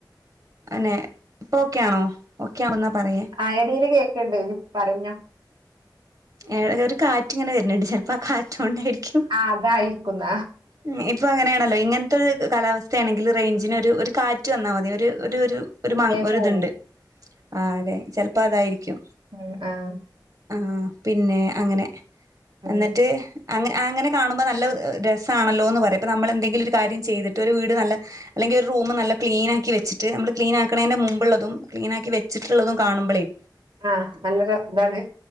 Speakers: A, on the right; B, on the right.
A: അന്നെ ഇപ്പ ഓക്കെ ആണോ? ഓക്കെ ആവുമ്പം ഇന്നാ പറയെ
B: ആഹ് എടെൽ കേക്ക്ണ്ട് ഇജ് പറഞ്ഞോ
A: ഏഹ് ഒര് ഒര് കാറ്റ് ഇങ്ങനെ വെര്ൺ ഇണ്ട് ചിൽപ്പോ ആ കാറ്റോണ്ടായിരിക്കും
B: ആ അതായിരിക്കുന്ന
A: ഉം ഇപ്പം അങ്ങനെ ആണല്ലോ ഇങ്ങെൻ ത്ത് ഒരു കാലാവസ്ഥയാണെങ്കിൽ റെയ്ഞ്ച്നൊരു ഒരു കാറ്റ് വന്നാ മതി ഒരു ഒരു ഒരു ഒര് മാങ്
B: വേ
A: ഒര്
B: പോകും
A: ഇത് ഇണ്ട് ആഹ് അതെ ചെൽപ്പോ അതായിരിക്കും
B: അഹ് ആഹ്
A: ആഹ് പിന്നെ അങ്ങനെ
B: ഉം
A: എന്ന്റ്റ് അങ്ങനെ അങ്ങനെ കാണുമ്പം നല്ല എഹ് രസാണല്ലോന്ന് പറിയാ ഇപ്പ നമ്മെൾ എന്തെങ്കിലും ഒര് കാര്യം ചെയ്തിട്ട് ഒരു വീട് നല്ല അല്ലെങ്കി ഒര് റൂമ് നല്ല ക്ലീനാക്കി വെച്ച്ട്ട് ഞമ്മെൾ ക്ലീനാക്ക്ണെയിന്റെ മുമ്പ് ഇള്ളെതും ക്ലീനാക്കി വെച്ച്ട്ട് ഇള്ളതും കാണുമ്പളെയ്
B: ആഹ് നല്ല രസ് ഇതാണ്